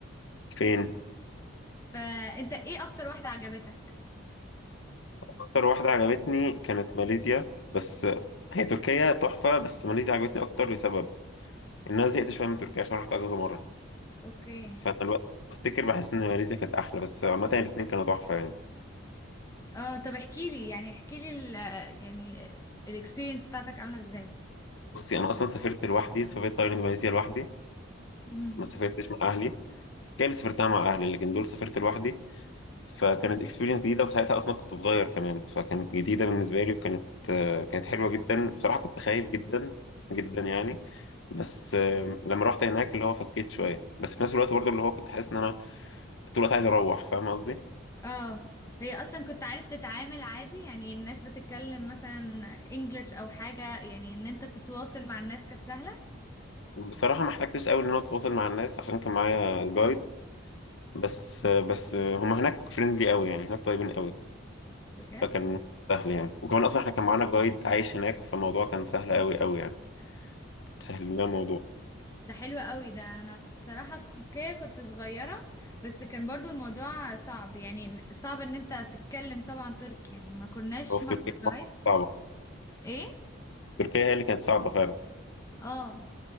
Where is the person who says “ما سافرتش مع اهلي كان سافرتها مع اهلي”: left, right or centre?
Left